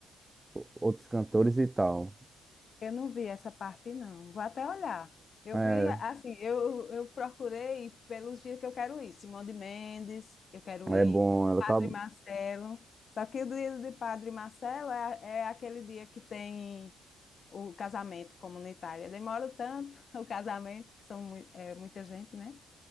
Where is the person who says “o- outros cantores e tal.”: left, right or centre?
Right